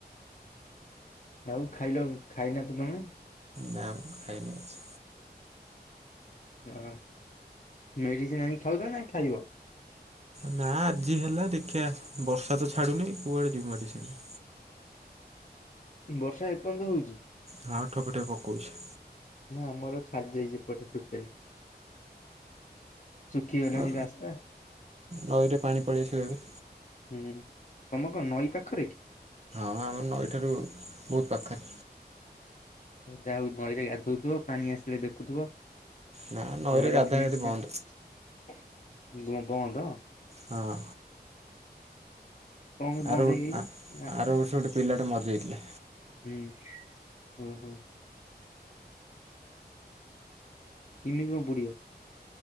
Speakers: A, on the left (about 45°); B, on the right (about 40°).
A: ଆଉ ଖାଇଲ ଖାଇନା ତ ତମେ।
B: ନାମ ଖାଇନି କିଛି।
A: ହ ମେଡ଼ିସିନ ଆଣିି ଖାଉଛ ନା ଖାଇବ।
B: ନା ଆଜି ହେଲା ଦେଖିବା ବର୍ଷା ତ ଛାଡୁନି କୁଆଡେ ଯିବୁ ମେଡିସିନ।
A: ବର୍ଷା ଏପର୍ଯ୍ୟନ୍ତ ହଉଛି।
B: ହଁ ଠୋପେ ଠୋପେ ପକଉଛି।
A: ନା ଆମର ଛାଡି ଯାଇଛି ଏପଟେ ତୋଟାଲୀ। ଶୁଖିଗଲାଣି
B: ଆ
A: ରାସ୍ତା
B: ନଈରେ ପାଣି ପଳେଇଆସିବ ଏବେ।
A: ହୁଁ ତମ କଣ ନଈ ପାଖରେ କି।
B: ହ ଆମର ନଇଠାରୁ ବହୁତ ପାଖରେ।
A: ଯାହାଉ ନଈରେ ଗାଧଉଥିବ ପାଣି ଆସିଲେ ଦେଖୁଥିବ।
B: ନା ନଈରେ
A: ନଈର
B: ଗାଧା
A: ଫିଲିଂସ୍
B: ଗାଧି ବନ୍ଦ
A: ଟା ବନ୍ଦ।
B: ହଁ।
A: କଣ ପାଇଁ ବନ୍ଦ
B: ଆର
A: ହେଇଯାଇଛି?
B: ଆର ବର୍ଷ ଗୋଟେ ପିଲାଟେ ମରି ଯାଇଥିଲା।
A: ହୁଁ ହଁ ହୋ। କେମିତି କଣ ବୁଡିବ?